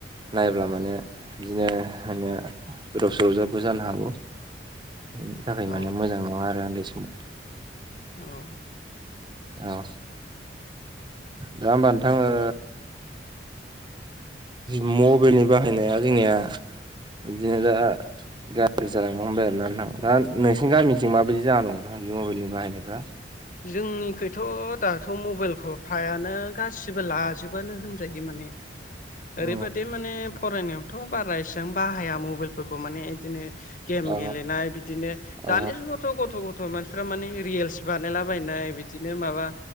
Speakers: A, on the right (about 25°); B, on the left (about 45°).
A: नायब्ला माने बिदिनो माने गोदाव सोरावबो जानो हागौ बिनि थाखाय
B: औ
A: माने मोजां नङा आरो उन्दै समाव
B: औ
A: औ दा होमबा नोंथां ओ मबाइलनि बाहायनाया जोंनिया बिदिनो दा गारजि जालांनो हमबाय आरो ना नोंथां दा नोंसिनि गामिथिं माबायदि जानानै दं नोंथां बे मबाइलनि बाहायनायफ्रा
B: जोंनिखैथ' दाथ' मबाइलखौ फ्रायानो गासिबो लाजोबानो होनजायो माने <inaudible> ओरैबादि
A: औ
B: माने फरायनायावथ' बारा इसेबां बाहाया मबाइलफोरखौ माने बिदिनो गेम
A: औ
B: गेलेनाय बिदिनो
A: औ
B: दानि जुगावथ' गथ' गथ' मानसिफ्रा माने रियेल स बानायलाबायनाय बिदिनो माबा